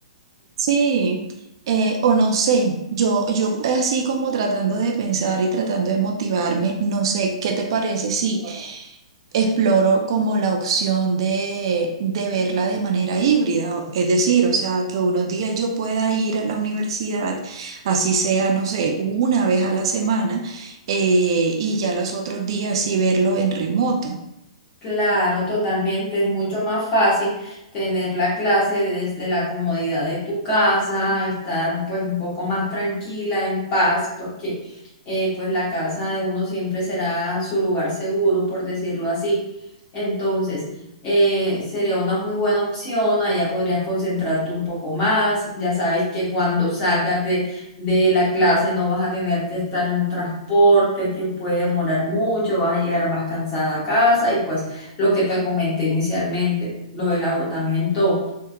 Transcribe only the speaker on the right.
Sí, eh, o no sé, yo, yo así como tratando de pensar y tratando de motivarme, no sé, ¿qué te parece si exploro como la opción de, de verla de manera híbrida? O- Es decir, o sea, que unos días yo pueda ir a la universidad, así sea, no sé, una vez a la semana, eh, y ya los otros días sí verlo en remoto.